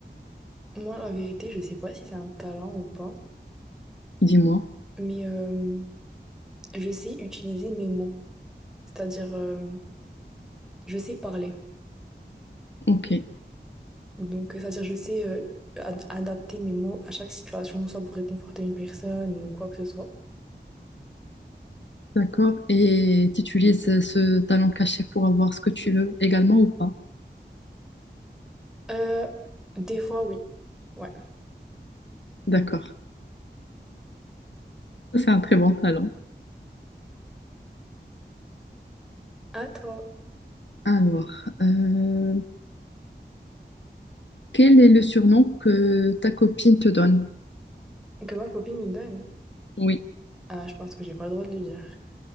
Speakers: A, in the centre; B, on the left (about 75°).
A: Moi, la vérité, je sais pas si c'est un talent ou pas,
B: dis-moi.
A: mais euh, je sais utiliser mes mots. C'est-à-dire, euh, je sais parler.
B: Ok.
A: Donc, euh, c'est-à-dire, je sais euh, ad- adapter mes mots à chaque situation, soit pour réconforter une personne ou quoi que ce soit.
B: D'accord. Et tu utilises ce talent caché pour avoir ce que tu veux également ou pas?
A: Euh, des fois, oui. Ouais.
B: D'accord. Ça, c'est un très bon talent.
A: À toi,
B: Alors, euh, quel est le surnom que ta copine te donne?
A: que ma copine me donne.
B: Oui,
A: Ah, je pense que j'ai pas le droit de le dire.